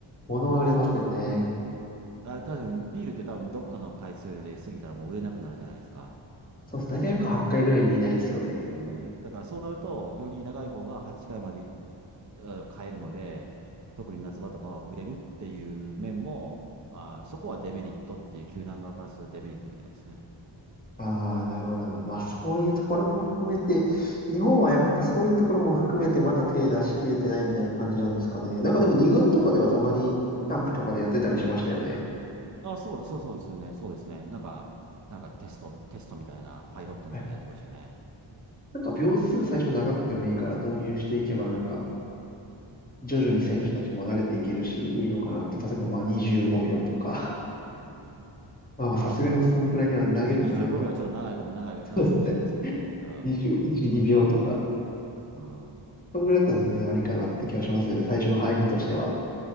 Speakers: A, on the left; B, on the right.
A: 物は売れますよね。
B: そうです、そうです。あれ多分、ビールって多分どっかの回数で過ぎたらもう売れなくなるじゃないですか。
A: そうです。大体なんか8回ぐらいにいないですよね。
B: ですよね。だからそうなると、より長い方が8回までいあ買えるので、特に夏場とかは売れるっていう面も、あー、そこはデメリットっていう、球団側からするとデメリットみたいですね。
A: ああ、なるほど、なるほど。まあ、そういうところも含めて、
B: うん
A: 日本はやっぱそういうところも含めて、まだ手出し切れてないみたいな感じなんですかね。なんかでも、二軍とかではたまに、キャンプとかでやってたりしましたよね。
B: あ、そうです、そうそうですね。そうですね。なんか、なんかテスト、テストみたいな、パイロットみたいなのやってましたよね。
A: はい。なんか、秒数最初長くてもいいから導入していけば、
B: うん。
A: なんか、徐々に選手たちも慣れていけるし、
B: うん。
A: いいのかなって、例えばまあ25秒とか
B: うん。
A: まあまあ、
B: ああ、
A: さすがにそんくらいには投げるかなと。
B: そうですね。ちょっと25秒はちょっと長いかも、長いかも、長いかもしれないですけどね。
A: そうですね。<laughs>
B: うん。
A: 21、2秒とか。
B: うん。うん
A: そんぐらいだったら全然ありかなって気がしますよね。最初の入りとしては。